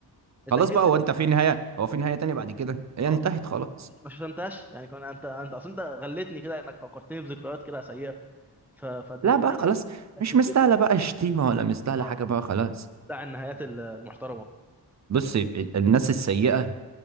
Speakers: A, in the centre; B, on the right.
A: اتاكدت
B: خلاص بقى هو
A: ان
B: انت
A: هي
B: في نهاية هو في نهاية تانية بعد كده هي
A: اه
B: انتهت خلاص
A: ما شتمتهاش يعني كان انت انت اصل انت غلتني كده انك فكرتني بذكريات كده سيئه ف... فدي
B: لا
A: فدي
B: بقى خلاص
A: كانت كانت
B: مش
A: تتشتم
B: مستاهلة بقى شتيمة ولا مستاهلة
A: اه
B: حاجة بقى خلاص
A: بتاع النهايات المحترمه
B: بص ال- الناس السيئة